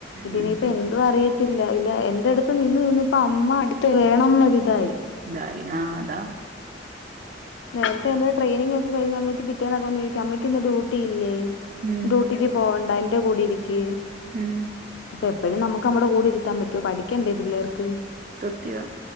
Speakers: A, on the left; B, on the right.
A: ഇതി
B: ഉം
A: ഇപ്പ എന് അത് അറിയത്തില്ല. ഇല്ല എന്റെ അടുത്ത് നിന്ന് നിന്ന്പ്പ അമ്മ അടുത്ത് വേണം എന്നൊരിതായി
B: ഇതായി ആഹ് അതാ
A: നേരത്തെ എന്റെ ട്രെയിനിങ് ഒക്കെ കഴിഞ്ഞ സമയത്ത് പിറ്റേന്നൊക്കെ വന്ന് ചോയിക്കും അമ്മക്ക് ഇന്ന് ഡ്യൂട്ടില്ലേ
B: ഉം
A: ഡ്യൂട്ടിക്ക് പോണ്ട എന്റെ കൂടിരിക്ക്‌
B: ഉം
A: അപ്പ എപ്പഴും നമുക്ക് ന ടെ കൂടിരുത്താൻ പറ്റോ പഠിക്കണ്ടേ പിള്ളേർക്ക്?
B: സത്ത്യവാ